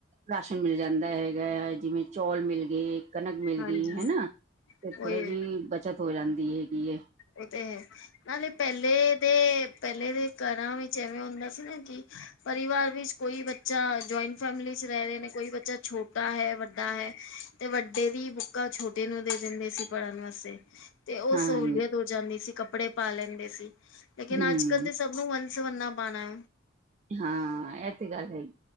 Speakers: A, on the right; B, on the left.
A: ਰਾਸ਼ਨ ਮਿਲ ਜਾਂਦਾ ਹੈਗਾ ਆ ਜਿਵੇਂ ਚੌਲ ਮਿਲ ਗਏ ਕਣਕ ਮਿਲ
B: ਹਾਂਜੀ
A: ਗਈ ਹਨਾ ਤੇ ਥੋੜੀ
B: ਉਹੀ
A: ਜਿਹੀ ਬੱਚਤ ਹੋ ਜਾਂਦੀ ਹੈਗੀ ਐ
B: ਉਹ ਤੇ ਹੈ ਨਾਲੇ ਪਹਿਲੇ ਦੇ ਪਹਿਲੇ ਦੇ ਘਰਾਂ ਵਿੱਚ ਐਵੇਂ ਹੁੰਦਾ ਸੀ ਨਾ ਕਿ ਪਰਿਵਾਰ ਵਿੱਚ ਕੋਈ ਬੱਚਾ ਜੁਆਇੰਟ ਫੈਮਿਲੀ ਚ ਰਹਿ ਰਹੇ ਨੇ ਕੋਈ ਬੱਚਾ ਛੋਟਾ ਹੈ ਵੱਡਾ ਹੈ ਤੇ ਵੱਡੇ ਦੀ ਬੁੱਕਾਂ ਛੋਟੇ ਨੂੰ ਦੇ ਦਿੰਦੇ ਸੀ ਪੜ੍ਹਨ ਵਾਸਤੇ ਤੇ ਉਹ
A: ਹਾਂ
B: ਸਹੂਲੀਅਤ ਹੋ ਜਾਂਦੀ ਸੀ ਕੱਪੜੇ ਪਾ ਲੈਂਦੇ ਸੀ ਲੇਕਿਨ
A: ਹੂੰ
B: ਅੱਜ ਕੱਲ ਦੇ ਸਬ ਨੂੰ ਵਨ ਸਵੰਨਾ ਪਾਣਾ
A: ਹਾਂ ਇਹ ਤੇ ਗੱਲ ਹੈਗੀ